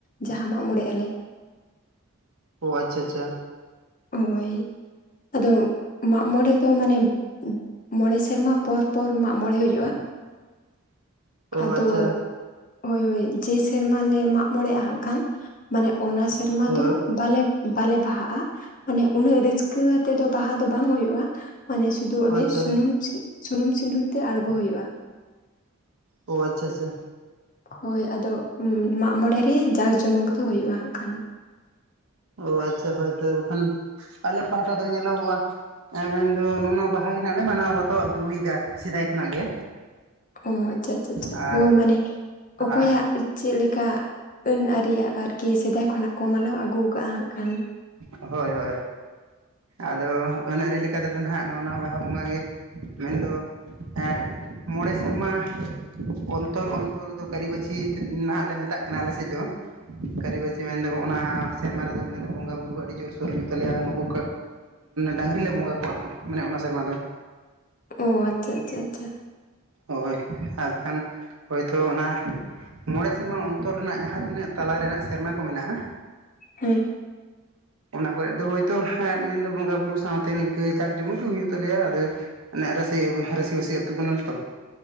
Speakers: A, on the left; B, on the right.
A: ᱡᱟᱦᱟᱸ ᱢᱟᱜ ᱢᱚᱬᱮᱜ ᱟᱞᱮ᱾
B: ᱳ ᱟᱪᱪᱷᱟ ᱟᱪᱪᱷᱟ᱾
A: ᱦᱳᱭ ᱟᱫᱚ ᱢᱟᱜ ᱢᱚᱲᱮ ᱫᱚ ᱢᱟᱱᱮ ᱢᱚᱬᱮ ᱥᱮᱨᱢᱟ ᱯᱚᱨ ᱯᱚᱨ ᱢᱟᱜ ᱢᱚᱬᱮ ᱦᱩᱭᱩᱜᱼᱟ᱾
B: ᱚ
A: ᱟᱫᱚ,
B: ᱟᱪᱪᱷᱟ
A: ᱦᱳᱭ ᱦᱳᱭ ᱡᱮ ᱥᱮᱨᱢᱟ ᱞᱮ ᱢᱟᱜ ᱢᱚᱬᱮᱜᱼᱟ ᱦᱟᱸᱜ ᱠᱷᱟᱱ, ᱢᱟᱱᱮ ᱚᱱᱟ ᱥᱮᱨᱢᱟ
B: ᱦᱳᱭ
A: ᱫᱚ ᱵᱟᱮ ᱵᱟᱞᱮ ᱵᱟᱦᱟᱜᱼᱟ, ᱢᱟᱱᱮ ᱩᱱᱟᱹᱜ ᱨᱟᱹᱥᱠᱟᱹ ᱟᱛᱮ ᱫᱚ ᱵᱟᱦᱟ ᱫᱚ ᱵᱟᱝ ᱦᱳᱭᱳᱼᱟ, ᱢᱟᱱᱮ ᱥᱩᱫᱩ ᱚᱱᱮ
B: ᱟᱪᱪᱷᱟ
A: ᱥᱩᱱᱩᱢ ᱥᱩᱱᱩᱢ ᱥᱤᱸᱫᱩᱨ ᱛᱮ ᱟᱬᱜᱳᱭ ᱦᱳᱭᱳᱜᱼᱟ᱾
B: ᱳ ᱟᱪᱪᱷᱟ ᱟᱪᱪᱷᱟ᱾
A: ᱦᱳᱭ ᱟᱫᱚ ᱢᱟᱜ ᱢᱚᱬᱮ ᱨᱮ ᱡᱟᱸᱠ ᱡᱚᱢᱚᱠ ᱫᱚ ᱦᱩᱭᱩᱜᱼᱟ ᱦᱟᱸᱜ ᱠᱷᱟᱱ᱾
B: ᱚ ᱟᱪᱪᱷᱟ ᱦᱳᱭ ᱛᱚ, ᱵᱟᱠᱷᱟᱱ ᱟᱞᱮ ᱯᱟᱦᱴᱟ ᱫᱚ ᱧᱮᱞᱚᱜᱚᱜᱼᱟ ᱮ ᱢᱮᱱᱫᱚ ᱱᱚᱜ-ᱚᱭ ᱱᱚᱣᱟ ᱵᱟᱦᱟ ᱜᱮᱞᱮ ᱢᱟᱱᱟᱣ ᱵᱟᱛᱟᱣ ᱟᱹᱜᱩᱭ ᱫᱟ ᱥᱮᱫᱟᱭ ᱠᱷᱚᱱᱟᱜ ᱜᱮ᱾
A: ᱚ ᱟᱪᱪᱷᱟ ᱟᱪᱪᱷᱟ ᱟᱪᱪᱷᱟ,
B: ᱟᱨ
A: ᱦᱳᱭ ᱢᱟᱱᱮ ᱚᱠᱚᱭᱟᱜ
B: ᱟᱨ
A: ᱪᱮᱫ ᱞᱮᱠᱟ ᱟᱹᱱ-ᱟᱹᱨᱤ ᱟᱨᱠᱤ ᱥᱮᱫᱟᱭ ᱠᱷᱚᱱᱟᱜ ᱠᱚ ᱢᱟᱱᱟᱣ ᱟᱹᱜᱩ ᱠᱟᱜᱼᱟ ᱦᱟᱸᱜ ᱠᱷᱟᱱ,
B: ᱦᱳᱭ ᱦᱳᱭ, ᱟᱫᱚ ᱟᱹᱱ ᱟᱹᱨᱤ ᱞᱮᱠᱟ ᱛᱮᱫᱚ ᱱᱟᱦᱟᱜ ᱱᱚᱜᱼᱚᱱᱟ ᱵᱟᱦᱟ ᱵᱚᱸᱜᱟ ᱜᱮ ᱢᱮᱱ ᱫᱚ ᱮᱜ ᱢᱚᱬᱮ ᱥᱮᱨᱢᱟ, ᱚᱱᱛᱚᱨ ᱚᱱᱛᱚᱨ ᱫᱚ ᱠᱟᱹᱨᱤ ᱵᱟᱹᱪᱷᱤ ᱱᱟᱦᱟᱸᱜ ᱞᱮ ᱢᱮᱛᱟᱜ ᱠᱟᱱᱟ ᱟᱞᱮ ᱥᱮᱫ ᱫᱚ᱾ ᱠᱟᱹᱨᱤ ᱵᱟᱹᱪᱤ ᱢᱮᱱ ᱫᱚ ᱚᱱᱟ ᱥᱮᱨᱢᱟ ᱨᱮᱫᱚ ᱢᱮᱱ ᱫᱟ ᱵᱚᱱ᱾ ᱵᱚᱸᱜᱟ ᱵᱩᱨᱩ ᱟᱹᱰᱤ ᱡᱳᱨ ᱠᱚ ᱨᱩᱢᱩᱜ ᱛᱟᱞᱮᱭᱟ, ᱱᱩᱠᱩ ᱰᱟᱝᱨᱤ ᱞᱮ ᱵᱚᱸᱜᱟ ᱠᱚᱣᱟ, ᱢᱟᱱᱮ ᱚᱱᱟ ᱥᱮᱨᱢᱟ ᱫᱚ᱾
A: ᱚ ᱟᱪᱪᱷᱟ ᱟᱪᱪᱷᱟ ᱟᱪᱪᱷᱟ ᱾
B: ᱦᱳᱭ ᱟᱨ ᱵᱟᱠᱷᱟᱱ ᱦᱳᱭᱛᱳ ᱛᱚ ᱚᱱᱟ ᱢᱚᱬᱮ ᱥᱮᱨᱢᱟ ᱚᱱᱛᱚᱨ ᱨᱮᱱᱟᱜ ᱡᱟᱦᱟᱸ ᱛᱤᱱᱟᱹᱜ ᱛᱟᱞᱟ ᱨᱮᱱᱟᱜ ᱥᱮᱨᱢᱟ ᱠᱚ ᱢᱮᱱᱟᱜᱼᱟ,
A: ᱦᱮᱸ᱾
B: ᱚᱱᱟ ᱠᱚᱨᱮᱫ ᱫᱚ ᱦᱳᱭᱛᱳ ᱢᱮᱱ ᱫᱚ ᱵᱚᱸᱜᱟ ᱵᱩᱨᱩ ᱥᱟᱶᱛᱮ ᱱᱤᱝᱠᱟᱹ ᱡᱟᱸᱠ ᱡᱚᱢᱚᱠ ᱜᱮ ᱦᱩᱭᱩᱜ ᱛᱟᱞᱮᱭᱟ, ᱟᱫᱚ ᱢᱟᱱᱮ ᱨᱟᱹᱥᱤ ᱨᱟᱹᱥᱤ-ᱵᱟᱹᱥᱤ ᱟᱹᱛᱩ ᱠᱟᱱᱟ ᱛᱚ᱾